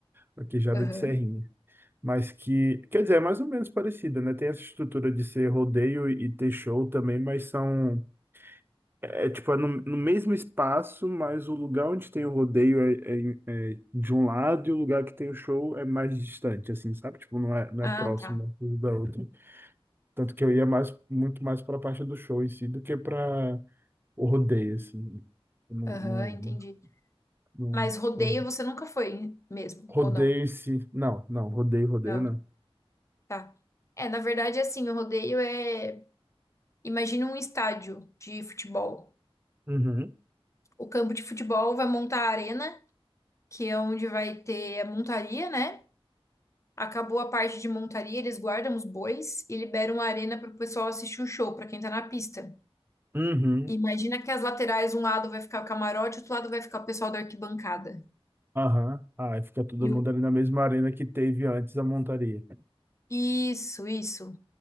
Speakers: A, on the right; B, on the left.
A: vaquejada
B: Aham.
A: de serrinha. mas que, quer dizer, é mais ou menos parecida, né? Tem essa estrutura de ser rodeio e ter show também, mas são, é é, tipo, é no, no mesmo espaço, mas o lugar onde tem o rodeio é, é- é de um lado e o lugar que tem o show é mais distante, assim, sabe? Tipo, não é, não
B: Ah,
A: é próximo
B: tá.
A: um da outra. Tanto que eu ia mais, muito mais para a parte do show em si do que para o rodeio, assim. Não,
B: Aham,
A: não,
B: entendi.
A: não,
B: Mas rodeio
A: não.
B: você nunca foi mesmo,
A: Rodeio-se.
B: ou não?
A: Não, não, rodeio, rodeio
B: Não,
A: não.
B: tá. É, na verdade, assim, o rodeio é. Imagina um estádio de futebol.
A: Uhum.
B: O campo de futebol vai montar a arena, que é onde vai ter a montaria, né? Acabou a parte de montaria, eles guardam os bois e liberam a arena para o pessoal assistir o show, para quem tá na pista.
A: Uhum.
B: Imagina que as laterais, um lado vai ficar o camarote, outro lado vai ficar o pessoal da arquibancada.
A: Aham. Aí fica todo
B: E
A: mundo
B: o...
A: ali na mesma arena que teve antes a montaria.
B: Isso, isso.